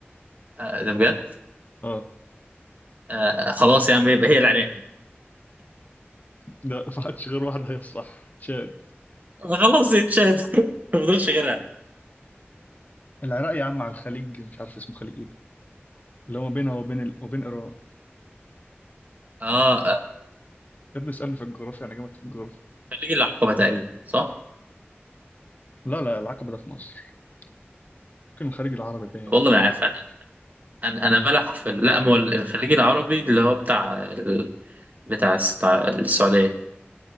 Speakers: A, on the right; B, on the left.
A: آه، ده بجد
B: اه
A: آه، خلاص يا عم يبقى هي العراق
B: لا ما عادش غير واحده هي الصح تشاد
A: <laughs> خلاص يا تشاد <laughs> ما فضلش غيرها
B: العراق يا عم على الخليج مش عارف اسمه خليج ايه ده اللي هو ما بينها وبين ال... وبين ايران
A: اه آه،
B: يا ابني اسالني في الجغرافيا انا جامد في الجغرافيا
A: خليج العقبه تقريبا صح
B: لا لا العقبه ده في مصر ممكن الخليج العربي باين
A: والله ما عارف
B: مش فاكر
A: انا انا أنا بلح في ال- لا ما هو الخليج العربي اللي هو بتاع ال... بتاع الس- بتاع السعوديه